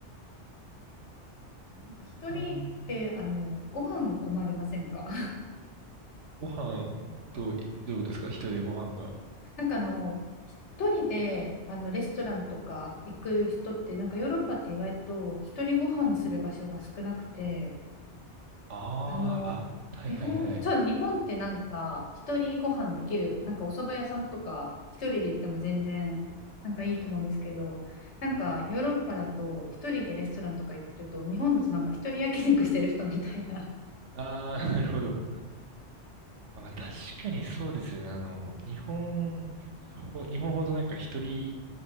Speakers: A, on the left; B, on the right.
A: そうなんか一人ってあのご飯困りませんか
B: あー、ご飯と、どういうことですか一人でご飯が。
A: <laughs> なんかあの一人であのレストランとか行く人ってなんかヨーロッパって意外と一人ご飯する場所が少なくて
B: ああ、
A: あの、
B: あ、はいはいはい。
A: 日本、そう、日本ってなんか、一人ご飯できる、なんかお蕎麦屋さんとか、一人で行っても全然、なんかいいと思うんですけど、なんかヨーロッパだと、
B: うん。
A: 一人でレストランとか行ってると、日本だとなんか一人焼肉してる人みたいな。
B: ああ、<laughs> なるほど。あ、まあ、確かにそうですよね。あの、日本、ほ日本ほどなんか一人